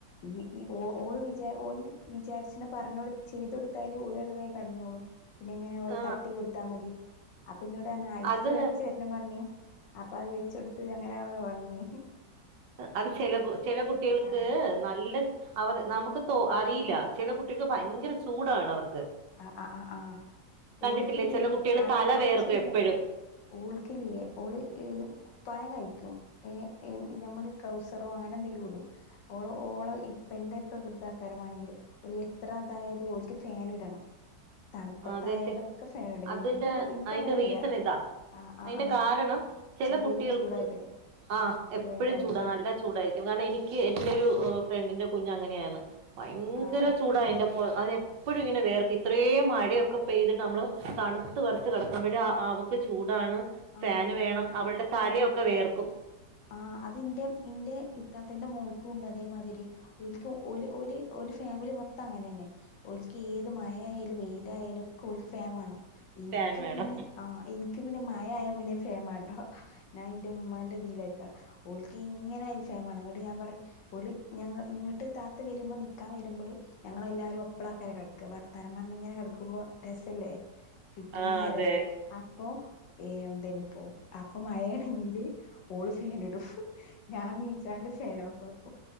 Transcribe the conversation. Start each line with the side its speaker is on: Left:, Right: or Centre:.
Left: ഈ ഇ ഓ ഓള് വിചാ ഓല് വിചാരിച്ച്ണ പറഞ്ഞ് ചെയ്തടുത്താല് ഓലാണ്ട് വേ കടന്നോളും പിന്നെങ്ങനെ ഓളെ
Right: ആ
Left: തട്ടി കൊടുത്താ മതി ഇന്നോട്റ്ഞ്ഞ് ഐസ്
Right: അത്
Left: വെച്ചര്ണം പറഞ്ഞ് അപ്പത് വെച്ചെട്ത്ത് അങ്ങനെ അവ ഒറങ്ങി
Right: അത് ചെല കു ചെല കുട്ട്യാള്ക്ക്
Left: ആഹ്
Right: നല്ല അവർ നമുക്ക് തോ അറീല്ല ചെല കുട്ടിക്ക് ഭയങ്കര ചൂടാണ് അവർ
Left: ആ ആഹ് ആ
Right: കണ്ടിട്ടില്ലേ
Left: ഓല്ക്കില്ലേ
Right: ചില കുട്ടികൾ
Left: അത
Right: തല
Left: അത്
Right: വേർക്കും
Left: ശരിയാണ്
Right: എപ്പോഴും
Left: ഓല്ക്കില്ല്യാ ഓള് കുപ്പായം കഴി ക്കും എ ഏ നമ്മടെ ട്രൗസറോ അങ്ങനെന്തെങ്കിലു ഉട് ഓള് ഓള ഇപ്പന്റെ പ്രകൃതക്കാരമാണെങ്കിൽ ഓല് എത്ര ഇതായാലും ഓല്ക്ക് ഫാന് ഇടണം തണുപ്പത്തായാലൊക്കെ
Right: അതെച്ചെ
Left: ഫാൻ ഇടും
Right: അത്ന്റെ
Left: ഇൻക്ക് ഇൻക്കങ്ങനെല്ല
Right: അതിന്റെ റീസൺ ഇതാ
Left: ആ ആ
Right: അയിന്റെ
Left: ആ
Right: കാരണം ചെല
Left: ശരീരം
Right: കുട്ടികൾക്ക്
Left: ചൂടായിട്ട്
Right: ആഹ്
Left: ചൂടായിട്ടാവൂല്ലേ
Right: എപ്പഴും ചൂടാ നല്ല ചൂടായിരിക്കും കാരണം എനിക്ക് എന്റോരു ഏ ഫ്രണ്ടിന്റെ കുഞ്ഞു അങ്ങനെയാണ് ഭയങ്കര
Left: ആ
Right: ചൂടാ അയിന്റെ പൊ അയിനെ പ്പഴും ഇങ്ങനെ വേർത്ത് ഇത്രേം മഴ ഴൊക്കെ പെയ്തിട്ട് നമ്മള് തണുത്ത് വെർച്ച് കിടക്കുമ്പഴ്‌ അവൾക് ചൂടാണ്
Left: ആ
Right: ഫാന് വേണം അവളുടെ തലയൊക്കെ വേയർക്കും
Left: ആ അതിന്റെ ഇന്റേം ഇത്തത്തന്റെ മോൾക്കുംണ്ട് അതേമാതിരി ഓല്ക് ഓല് ഓല് ഒരു ഫാമിലി മൊത്തം അങ്ങനെ ന്നെ ഓൽക്ക് ഏത് മഴയാലും വെയ്ലായാലും ഒക്കെ ഓൽക്ക് ഫെമ് മാണം ഇൻക്ക്
Right: ഫാൻ വേണം
Left: പിന്നെ ആ ഇൻക്ക് പിന്നെ മയായ പിന്നെ ഫേമ് മാണ്ടാ ഞാൻന്റെ ഉ്മാന്റെതീലാ ഓലിക്ക് ഇങ്ങനെയാലും ഫേമ് മാണം ങ്ങട്ട് ഞാൻ പറിം ഓല് ഞങ്ങ ഇങ്ങട്ട് താത്ത വരുമ്പോ നിക്കാൻ വരുമ്പോ ഞങ്ങളെല്ലാവരും ഒപ്പളാക്കരം കെട്ക്കാ വർതാനം പറഞ്ഞിങ്ങനെ കെട്ക്കുമ്പോ രസല്ലേ കിട്ടണ
Right: ആ
Left: നേരല്ലേ
Right: അതെ
Left: അപ്പൊ ഏ എന്തനിപ്പോ അപ്പൊ മയെണെങ്കില് ഓള് ഫാനിടും ഞാൻ നീച്ചാണ്ട് ഫേനോഫാക്കും